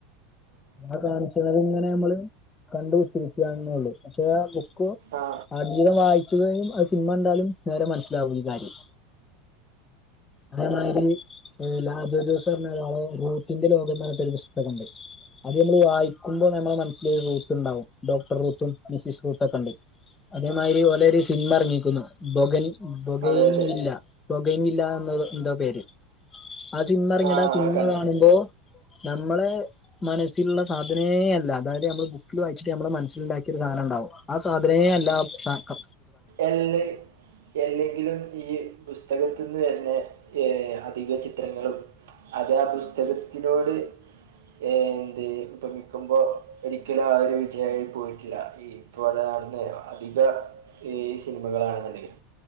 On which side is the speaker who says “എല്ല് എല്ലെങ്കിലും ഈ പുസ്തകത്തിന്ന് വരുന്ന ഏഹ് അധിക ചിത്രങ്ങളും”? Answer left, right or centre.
Right